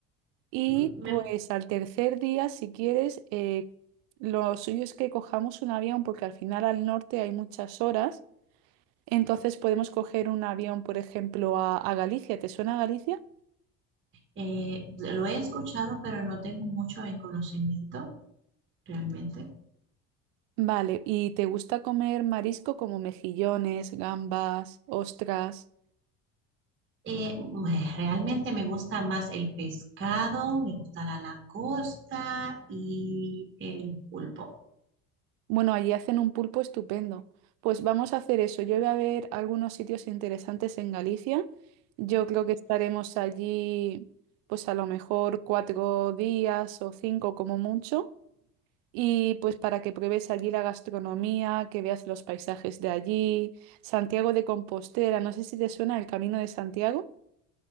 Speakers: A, on the right; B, on the right.
A: Y
B: Mm, Me,
A: pues al tercer día, si quieres, eh, lo suyo es que cojamos un avión porque al final al norte hay muchas horas. Entonces podemos coger un avión, por ejemplo, a, a Galicia. ¿Te suena Galicia?
B: Eh, lo he escuchado, pero no tengo mucho en conocimiento realmente.
A: Vale, ¿y te gusta comer marisco como mejillones, gambas, ostras?
B: Eh, pues, realmente me gusta más el pescado, me gusta la langosta y el pulpo.
A: Bueno, allí hacen un pulpo estupendo. Pues vamos a hacer eso. Yo voy a ver algunos sitios interesantes en Galicia. Yo creo que estaremos allí, pues a lo mejor cuatro días o cinco como mucho. Y pues para que pruebes allí la gastronomía, que veas los paisajes de allí, Santiago de Compostela, no sé si te suena el Camino de Santiago.